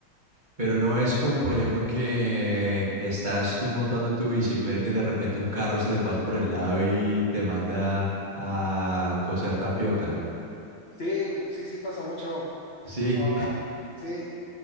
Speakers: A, on the right; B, on the left.
A: Pero no es como, por ejemplo, que estás tú montando en tu bicicleta y de repente un carro se te pasa por el lado y te manda a coser tapioca.
B: Sí, sí, sí pasa mucho.
A: Sí.
B: Ah, sí,